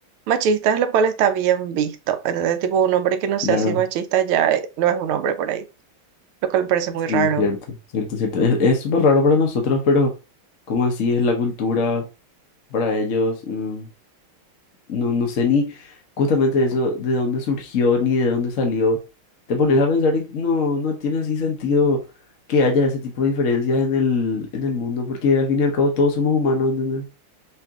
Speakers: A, on the right; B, on the left.
A: machistas, lo cual está bien visto, ¿entendés? Tipo un hombre que no
B: Claro,
A: sea así machista ya eh, no es un hombre por ahí, lo cual me parece muy
B: sí,
A: raro.
B: cierto, cierto, cierto. Es, es súper raro para nosotros, pero como decís, es la cultura, para ellos. mm, No, no sé ni justamente eso, de dónde surgió ni de dónde salió. Te pones a pensar y no, no tiene así sentido que haya ese tipo de diferencias en el, en el mundo, porque al fin y al cabo todos somos humanos, ¿entendés?